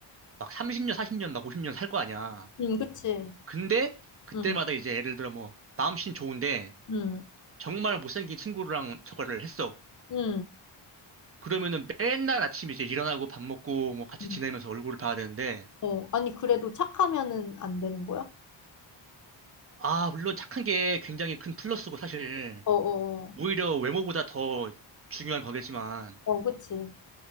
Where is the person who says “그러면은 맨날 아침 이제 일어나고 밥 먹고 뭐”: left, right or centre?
Right